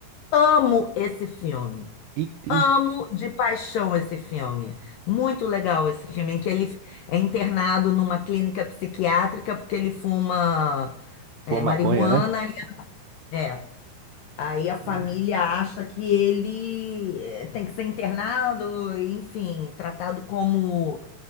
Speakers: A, on the left (about 85°); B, on the right (about 85°).
A: Amo esse filme.
B: E, e-
A: Amo de paixão esse filme. Muito legal esse filme, em que ele é internado numa clínica psiquiátrica porque ele fuma
B: foi
A: é,
B: maconha,
A: marihuana.
B: né?
A: e- É. Aí a
B: E-
A: família acha que ele eh, tem que ser internado, enfim, tratado como,